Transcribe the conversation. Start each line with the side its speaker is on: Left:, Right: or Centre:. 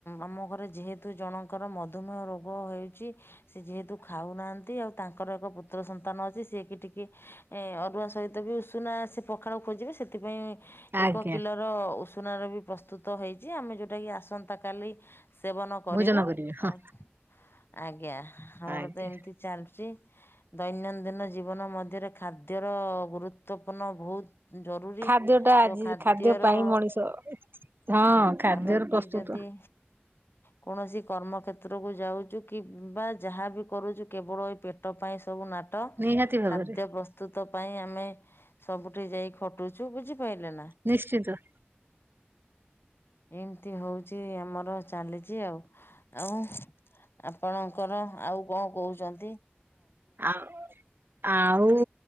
Left: ଆମ ଘରେ ଯେହେତୁ ଜଣଙ୍କର ମଧୁମେହ ରୋଗ ହେଇଚି ସେ ଯେହେତୁ ଖାଉନାହାନ୍ତି ଆଉ ତାଙ୍କର ଏକ ପୁତ୍ର ସନ୍ତାନ ଅଛି ସିଏ କି ଟିକେ ଏ ଅରୁଆ ସହିତ ବି ଉଷୁନା ସେ ପଖାଳ ଖୋଜିବେ ସେ ସେଥିପାଇଁ ଏକ
Right: ଆଜ୍ଞା
Left: କିଲର ଉଷୁନାର ବି ପ୍ରସ୍ତୁତ ହେଇଚି ଆମେ ଯୋଉଟାକି ଆସନ୍ତା କାଲି ସେବନ କରିବୁ
Right: ଭୋଜନ କରିବେ ହଁ
Left: ଆଉ ଆଜ୍ଞା ଆମର
Right: ଆଜ୍ଞା।
Left: ତ ଏମତି ଚାଲୁଚି। ଦୈନନ୍ଦିନ ଜୀବନ ମଧ୍ୟରେ ଖାଦ୍ୟର ଗୁରୁତ୍ୱପୂର୍ଣ୍ଣ ଭୋଉ ଜରୁରୀ
Right: ଖାଦ୍ୟ ଟା ଆଜି
Left: ତ ଖାଦ୍ୟର
Right: ଖାଦ୍ୟ ପାଇଁ ମଣିଷ ହଁ ଖାଦ୍ୟର
Left: ଆମେ
Right: ପ୍ରସ୍ତୁତ
Left: ବି ଯଦି କୌଣସି କର୍ମକ୍ଷେତ୍ରକୁ ଯାଉଚୁ କିମ୍ବା ଯାହା ବି କରୁଚୁ କେବଳ ଏଇ ପେଟ ପାଇଁ ସବୁ ନା ଟ
Right: ନିହାତି ଭାବରେ
Left: ଖାଦ୍ୟ ପ୍ରସ୍ ତୁତ ପାଇଁ ଆମେ ସବୁଠି ଯାଇ ଖଟୁଚୁ ବୁଝିପାଇଲେ ନା।
Right: ନିଶ୍ଚିତ।
Left: ଏମତି ହୋଉଚି ଆମର ଚାଲିଚି ଆଉ ଆଉ ଆପଣଙ୍କର ଆଉ କଣ କହୁଚନ୍ତି?
Right: ଆଉ ଆଉ